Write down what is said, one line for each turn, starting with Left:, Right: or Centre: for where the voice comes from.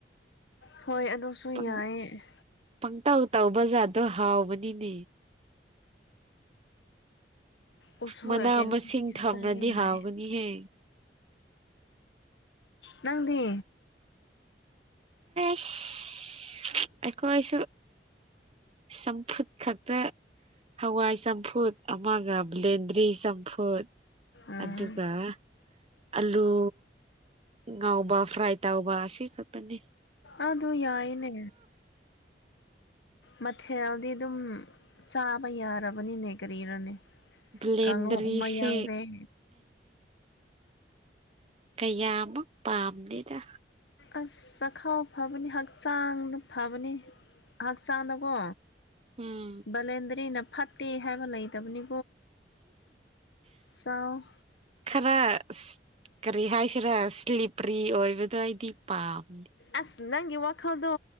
Left: ꯍꯣꯏ ꯑꯗꯨꯁꯨ
Right: ꯄ
Left: ꯌꯥꯏꯌꯦ
Right: ꯄꯪꯇꯥꯎ ꯇꯥꯎ ꯕ ꯖꯥꯔꯗꯣ ꯍꯥꯎꯕꯅꯤꯅꯦ
Left: ꯑꯣꯁ
Right: ꯃꯅꯥ
Left: ꯀꯩꯅꯩꯅꯣꯁꯨꯁ
Right: ꯃꯁꯤꯡ ꯊꯝꯔꯗꯤ
Left: ꯌꯥ
Right: ꯍꯥꯎꯒꯅꯤꯍꯦ
Left: ꯅꯪꯗꯤ
Right: ꯑꯩꯈꯣꯏꯁꯨ ꯁꯄꯠꯛꯇ ꯍꯋꯥꯏ ꯆꯝꯐꯨꯠ ꯑꯃꯒ ꯕ꯭ꯂꯦꯟꯗ꯭ꯔꯤ ꯆꯝꯐꯨꯠ
Left: ꯎꯝ
Right: ꯑꯗꯨꯒ ꯑꯂꯨ ꯉꯎꯕ ꯐ꯭ꯔꯥꯏ ꯇꯎꯕ ꯁꯤꯈ ꯇꯅꯤ
Left: ꯑ ꯑꯗꯨ ꯌꯥꯏꯅꯦ ꯃꯊꯦꯜꯗꯤ ꯑꯗꯨꯝ ꯆꯥꯕ ꯌꯥꯔꯕꯅꯤꯅꯦ ꯀꯔꯤꯔꯥꯅꯤ
Right: ꯕ꯭ꯂꯦꯟꯗꯔꯤꯁꯦ
Left: ꯀꯥꯉꯧ ꯑꯃ ꯌꯥꯎꯔ‌ꯦ
Right: ꯀꯌꯥꯃ ꯄꯥꯝꯂꯤꯅ
Left: ꯑꯥꯁ ꯆꯈꯥꯎ ꯐꯕꯅꯤ ꯍꯛꯆꯥꯡꯗ ꯐꯕꯅꯤ ꯍꯛꯆꯥꯡꯗꯀꯣ
Right: ꯎꯝ
Left: ꯕꯥꯂꯦꯟꯗꯔꯤꯅ ꯐꯠꯇꯦ ꯍꯥꯏꯕ ꯂꯩꯇꯕꯅꯤ ꯆꯥꯎ
Right: ꯈꯔ ꯀꯔꯤ ꯍꯥꯏꯁꯤꯔ ꯁ꯭ꯂꯤꯞꯄ꯭ꯔꯤ ꯑꯣꯏꯕꯗꯣ ꯑꯩꯗꯤ ꯄꯥꯝ
Left: ꯑꯥꯁ ꯅꯪꯒꯤ ꯋꯥꯈꯜꯗꯣ